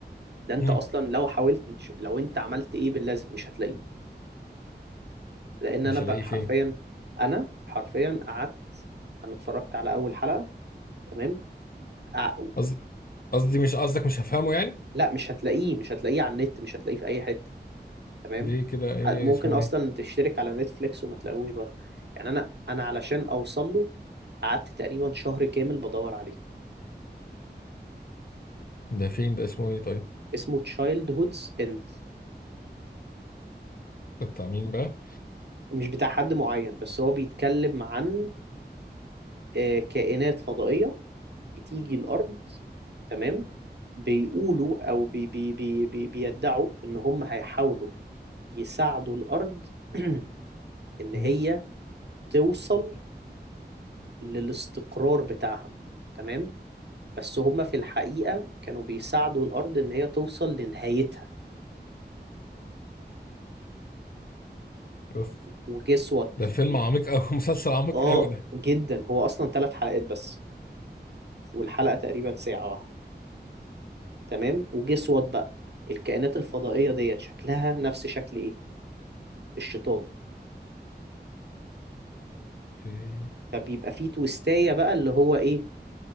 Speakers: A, on the right; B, on the left.
A: ده انت
B: مم.
A: اصلا لو حاولت انت- لو انت عملت ايه باللازم مش هتلاقيه لان
B: مش
A: انا بقى
B: هلاقيه
A: حرفيا
B: فين
A: انا حرفيا قعدت انا اتفرجت على اول حلقة تمام أع-
B: قصد- قصدي مش قصدك مش هفهمه يعني
A: لا مش هتلاقيه مش هتلاقيه على النت مش هتلاقيه في اي حتة تمام
B: ليه كده ايه
A: ح- ممكن
B: اسمه
A: اصلا
B: ايه
A: تشترك على نتفليكس وما تلاقيهوش برضه يعني انا انا علشان اوصل له قعدت تقريبا شهر كامل بدور عليه
B: ده فين ده اسمه ايه طيب
A: اسمه Childhood's End
B: ده بتاع مين بقى
A: مش بتاع حد معين بس هو بيتكلم عن آه، كائنات فضائية بتيجي الأرض تمام بيقولوا أو بي بي بي بي بيدعوا إن هم هيحاولوا يساعدوا الأرض <clears throat> إن
B: مم.
A: هي توصل للاستقرار بتاعها تمام بس هم في الحقيقة كانوا بيساعدوا الأرض إن هي توصل لنهايتها
B: اوف
A: وجسوت
B: ده فيلم
A: ال...
B: عميق قوي <laughs> مسلسل عميق
A: آه
B: قوي ده
A: جدا هو أصلا ثلاث حلقات بس والحلقة تقريبا ساعة واحدة تمام وجسوت بقى الكائنات الفضائية ديت شكلها نفس شكل إيه الشيطان
B: اوكي
A: فبيبقى فيه تويستاية بقى اللي هو ايه